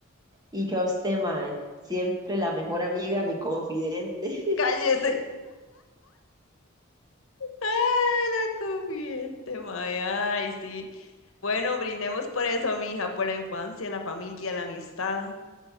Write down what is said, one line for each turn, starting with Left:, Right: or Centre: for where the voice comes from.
Right: Y yo a usted, mae, siempre la mejor amiga, mi confidente.
Left: ¡Cállese! <laughs> ¡Ay, la comiente, mae! ¡Ay, sí! Bueno, brindemos por eso, mija, por la infancia, la familia, la amistad.